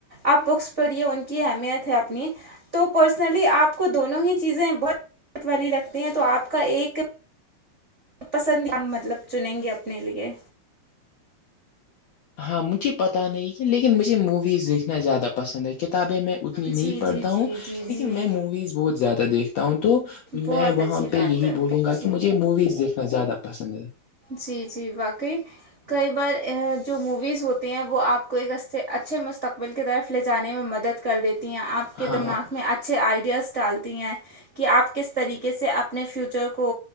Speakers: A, on the right; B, on the left.
A: آپ بکس پڑھیے ان کی اہمیت ہے اپنی تو پرسنلی آپ کو دونوں ہی چیزیں بہت والی رکھتی ہیں تو آپ کا ایک پسند نہیں مطلب چنیں گے اپنے لیے
B: ہاں مجھے پتاہ نہیں لیکن مجھے موویز دیکھنا زیادہ پسند ہے کتابیں میں اتنی
A: جی
B: نہیں پڑھتا
A: جی جی
B: ہوں
A: جی
B: لیکن
A: جی
B: میں مویز بہت زیادہ دیکھتا ہوں تو
A: بہت
B: میں وہاں
A: اچھی بات
B: پہ یہی
A: ہے
B: بولوں گا
A: جی
B: کہ مجھے موویز دیکھ زیادہ پسند ہے
A: جی جی واقعی کئی بار جو موویز ہوتی ہیں وہ آپ کو ایک ا سے اچھے مستقبل کی طرف لے جانے میں مدد کر دیتی ہیں آپ
B: ہاں
A: کے دماغ میں اچھے آئیڈیاز التی ہیں کہ آپ کس طریقے سے اپنے فیوچر کو